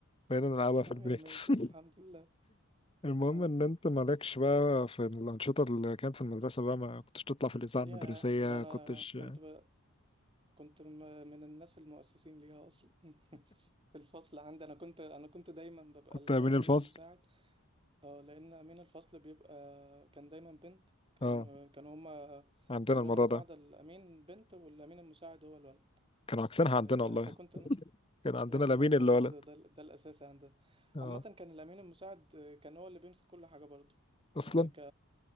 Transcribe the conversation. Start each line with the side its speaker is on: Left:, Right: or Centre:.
Left: بقينا نلعبها في
Right: اه
Left: البيت
Right: يا مية
Left: <laughs>
Right: كده الحمد لله
Left: المهم
Right: اه
Left: ان انت مالكش بقى في الانشطه اللي كانت في المدرسه بقى ما كنتش تطلع في الاذاعه
Right: يا
Left: المدرسيه
Right: ده انا
Left: كنتش
Right: كنت ب... كنت م- من الناس المؤسسين ليها اصلا <laughs> في الفصل عندي انا كنت انا كنت دايما ببقى
Left: كنت
Right: الامين
Left: امين الفصل
Right: المساعد اه لان امين الفصل بيبقى كان دايما بنت كان
Left: اه
Right: كانوا هما
Left: عندنا
Right: عاملينها
Left: الموضوع
Right: قاعده
Left: ده
Right: الامين بنت والامين المساعد هو الولد
Left: كانوا عكسينها عندنا
Right: آه،
Left: والله
Right: فكنت انا
Left: كان عندنا
Right: لا كان
Left: الامين
Right: عندنا
Left: اللي ولد
Right: كده ده, ال- ده الاساسي عندنا
Left: اه
Right: عامه كان الامين المساعد آه، كان هو اللي بيمسك كل حاجه برضه
Left: اصلا
Right: يعني ك